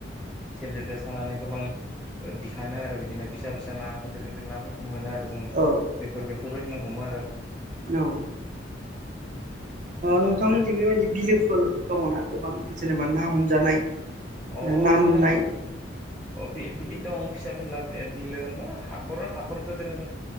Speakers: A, in the centre; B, on the right.
A: सेब जेदेर सानानै गोबां दिखाो आरो बिदिनो फिसा फिसा ना गिदिर गिदिर नाफोरखौ मोनो आरो जों
B: औ
A: बेफोर बेफोरबायदिनो हमो आरो
B: औ नोंथांमोनथि बेबायदि बिलोफोर दङना गोबां जेनेबा ना हमजानाय
A: अ
B: ना
A: जोंनाथ'
B: मोननाय
A: अ बिदि दं फिसा फिला बिलो होनबा हाखर हाखर गिदिर होनो